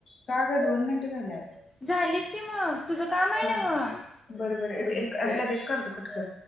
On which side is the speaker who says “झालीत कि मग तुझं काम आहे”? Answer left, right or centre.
Left